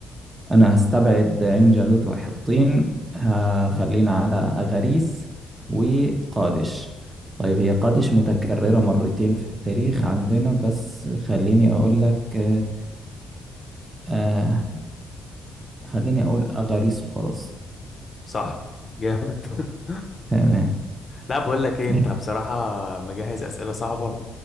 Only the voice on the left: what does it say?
صح جامد <laughs>
لا بقول لك ايه
انت بصراحة مجهز اسئلة صعبة